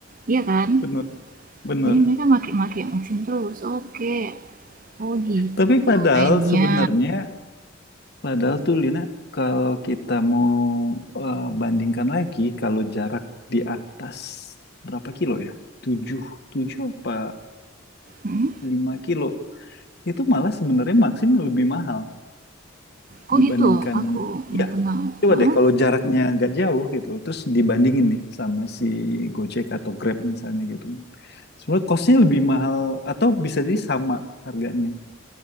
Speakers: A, on the right; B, on the left.
A: iya kan
B: bener, bener.
A: jadi mereka make-make Maxim terus oke oh gitu
B: Tapi padahal
A: mainnya
B: sebenarnya, padahal tuh Lina, kalau kita mau eh, bandingkan lagi, kalau jarak di atas berapa kilo ya? tujuh 7 apa
A: Hmm?
B: 5 kilo. Itu malah sebenarnya maksimum lebih mahal
A: oh
B: dibandingkan,
A: gitu aku berkenal
B: iya Coba
A: oh,
B: deh kalau jaraknya nggak jauh gitu loh, terus dibandingin nih sama si Gojek atau Grab misalnya gitu. Sebenarnya costnya lebih mahal atau bisa jadi sama harganya